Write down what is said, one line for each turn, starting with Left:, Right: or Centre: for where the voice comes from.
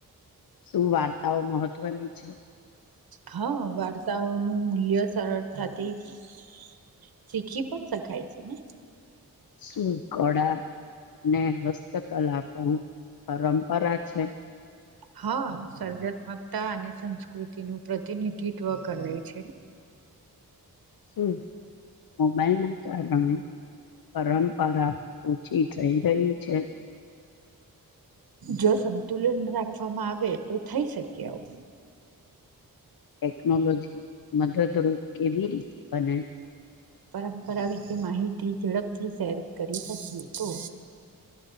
Left: શું વાર્તાઓ મહત્વની છે?
Right: હા, વાર્તાઓ નું મૂલ્ય સરળતાતી શીખી પણ શખાય છે ને?
Left: શું કળા અને હસ્તકલા પણ પરંપરા છે?
Right: હા, સર્જાત્મકતા અને સંસ્કૃતિ નું પ્રતિનિધિત્વ કરે છે.
Left: શું મોબાઈલ ના કારણે પરમ પરા ઓછી થઈ રહી છે?
Right: જો સંતુલન રાખવામાં આવે તો થઈ શકે આવ.
Left: ટેકનોલોજી મદદરૂપ કેવી રીત બને?
Right: પરંપરા વિશે માહિતી ઝડપથી શેર કરી શકીએ તો.